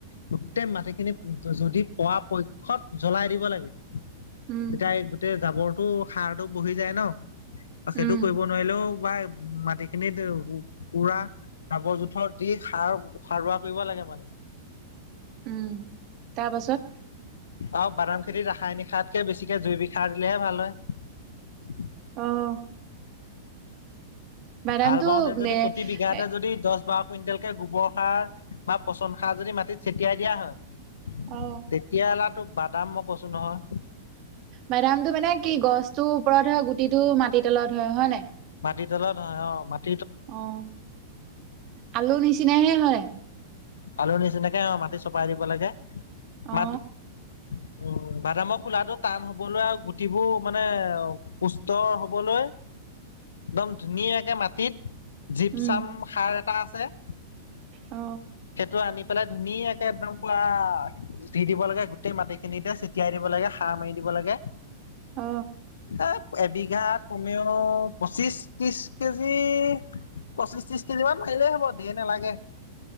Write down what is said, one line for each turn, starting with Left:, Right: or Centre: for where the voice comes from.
Left: গোটেই মাটিখিনি যদি পোৱা পক্ষত জ্বলাই দিব লাগে।
Right: উম
Left: এতিয়া এই গোটেই জাবৰটো সাৰটো বহি যায় ন, সেইটো
Right: উম
Left: কৰিব। নোৱাৰিলেও বা মাটি। খিনিত পুৰা জাবৰ জোথৰ দি সাৰ সাৰুৱা কৰিব লাগে মানে।
Right: উম তাৰপাছত
Left: অঁ, বাদাম খেতি ৰাসায়নিক সাৰ। কে বেছিকে জৈৱিক সাৰ, দিলেহে ভাল হয়।
Right: অঁ। বাদামটো
Left: ভাল পাওঁতে, যদি
Right: এ
Left: প্ৰতি বিঘাতে
Right: এ
Left: যদি দহ বাৰ কুইণ্টেল কে গোবৰ সাৰ বা পচন সাৰ যদি মাটিত ছটিয়াই দিয়া হয়।
Right: অঁ।
Left: তেতিয়া হালাতো বাদাম মই কৈছো নহয়
Right: বাডামটো মানে কি গছটোৰ ওপৰত হয় গুটিটো মাটিৰ তলত হয়, হয় নাই।
Left: মাটি তলত হয় অ, মাত
Right: অঁ, আলু নিচিনাহে হয়।
Left: আলুৰ নিচিনাকে হয়, মাটি চপাই দিব লাগে
Right: অ
Left: মাট উম, বাদামৰ খোলাটো টান হবলৈ আৰু গুটিবোৰ মানে অ পুষ্ট হবলৈ, দম ধুনীয়াকে মাটিত জীপ
Right: উম
Left: চাম সাৰ এটা আছে।
Right: অ।
Left: সেইটো আনি পেলাই ধুনীয়াকে একদম পুৰা দি দিব লাগে গোটেই মাটিখিনিতে ছটিয়াই দিব লাগে সাৰ মাৰি দিব লাগে।
Right: অ।
Left: এ এবিঘাত কমেও পঁচিশ ত্ৰিশ কেজি। পঁচিশ ত্ৰিশ কেজি মান পাৰিলেই হ'ব দে নেলাগে।